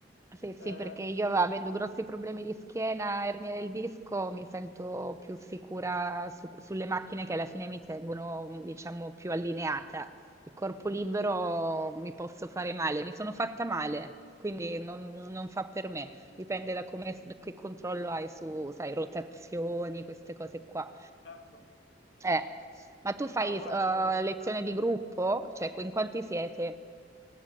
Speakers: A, on the right; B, on the left.
A: se
B: Eh,
A: sì, perché io avendo grossi problemi di schiena, ernia del disco, mi sento più sicura su- sulle macchine che alla fine mi tengono, diciamo, più allineata. Il corpo libero mi posso fare male, mi sono fatta male, quindi non non fa per me.
B: ho capito.
A: Dipende da come, che controllo hai su, sai, rotazioni, queste cose qua.
B: Certo.
A: Eh, ma tu fai
B: No, guarda,
A: eh,
B: allora,
A: lezione di gruppo? Cioè, in quanti siete?